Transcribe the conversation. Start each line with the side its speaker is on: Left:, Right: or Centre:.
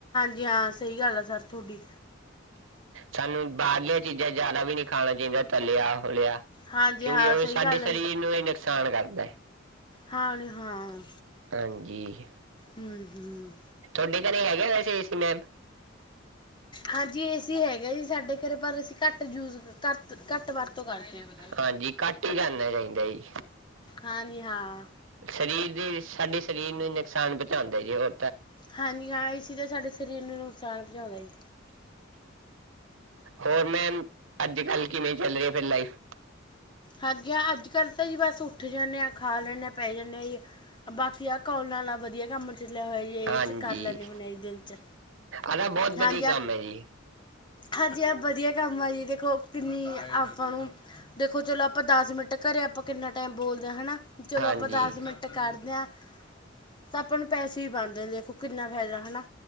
Left: ਜੀ ਹਾਂ ਸਹੀ ਗੱਲ ਆ ਸਰ ਤੁਹਾਡੀ।
Right: ਸਾਨੂੰ ਬਾਹਰਲੀਆਂ ਚੀਜ਼ਾਂ ਜਿਆਦਾ ਵੀ ਨਹੀਂ ਖਾਣਾ ਚਾਹੀਦਾ ਤਲਿਆ ਹੋਲਿਆ।
Left: ਹਾਂਜੀ
Right: ਕਿਉਂਕਿ
Left: ਹਾਂ
Right: ਉਹ
Left: ਸਹੀ
Right: ਸਾਡੇ
Left: ਗੱਲ
Right: ਸਰੀਰ ਨੂੰ ਹੀ ਨੁਕਸਾਨ ਕਰਦਾ ਹੈ।
Left: ਹਾਂਜੀ ਹਾਂ,
Right: ਹਾਂਜੀ
Left: ਹਮ-ਹਮ।
Right: ਤੁਹਾਡੇ ਘਰੇ ਹੈਗੇ ਵੈਸੇ ਏ ਸੀ ਮੈਮ?
Left: ਹਾਂਜੀ ਏ ਸੀ ਹੈਗਾ ਜੀ ਸਾਡੇ ਘਰੇ, ਪਰ ਅਸੀਂ ਘੱਟ ਯੂਜ ਘਟ-ਘੱਟ ਟ ਵਰਤੋਂ ਕਰਦੇ ਹਾਂ,
Right: ਹਾਂਜੀ ਘੱਟ ਹੀ ਕਰਨਾ ਚਾਹੀਦਾ ਜੀ
Left: ਹਾਂਜੀ ਹਾਂ।
Right: ਸਰੀਰ ਦੇ ਸਾਡੇ ਸਰੀਰ ਨੂੰ ਨੁਕਸਾਨ ਪਹੁੰਚਾਉਂਦੇ ਜੀ ਉਹ।
Left: ਹਾਂਜੀ ਹਾਂ ਏ ਸੀ ਤੇ ਸਾਡੇ ਸਰੀਰ ਨੂੰ ਨੁਕਸਾਨ ਪਹੁੰਚਾਉਂਦਾ ਜੀ।
Right: ਹੋਰ ਮੈਮ, ਅੱਜ ਕੱਲ੍ਹ ਕਿਵੇਂ ਚੱਲ ਰਹੀ ਹੈ ਫੇਰ ਲਾਈਫ?
Left: ਹਾਂਜੀ ਹਾਂ ਅੱਜ ਕੱਲ੍ਹ ਤਾਂ ਜੀ ਬਸ ਉੱਠ ਜਾਂਣੇ ਆ, ਖਾ ਲੈਂਣੇ ਆ, ਪੈ ਜਾਂਣੇ ਆ ਜੀ। ਬਾਕੀ ਆਹ ਕੌਲ ਨਾਲਾ ਵਧੀਆ ਕੰਮ ਚੱਲਿਆ ਹੋਆ ਜ
Right: ਹਾਂਜੀ
Left: ਇਹ ਤੇ ਕਰ ਲੈਣੇ ਹੁਣੇ ਆ ਦਿਨ ਚ,
Right: ਆਦਾ ਬਹੁਤ
Left: ਹਾਂਜੀ।
Right: ਵਧੀਆ ਕੰਮ ਹੈ ਜੀ
Left: ਹਾਂਜੀ ਹਾਂ ਵਧੀਆ ਕੰਮ ਆ ਜੀ ਦੇਖ ਖੋ ਕਿੰਨੀ ਆਪਾਂ ਨੂੰ ਦੇਖੋ ਚਲੋ ਆਪਾਂ ਦਸ ਮਿੰਟ ਘਰੇ ਆਪਾਂ ਕਿੰਨਾ ਟਾਈਮ ਬੋਲਦੇ ਹਾਂ ਹੈ ਨਾ। ਚਲੋ
Right: ਹਾਂਜੀ
Left: ਆਪਾਂ ਦਸ ਮਿੰਟ ਕੱਢਦੇ ਹਾਂ, ਤਾਂ ਆਪਾਂ ਨੂੰ ਪੈਸੇ ਵੀ ਪਾਣਉਂਦੇ ਦੇਖੋ ਕਿੰਨਾ ਫਾਇਦਾ। ਹਨਾ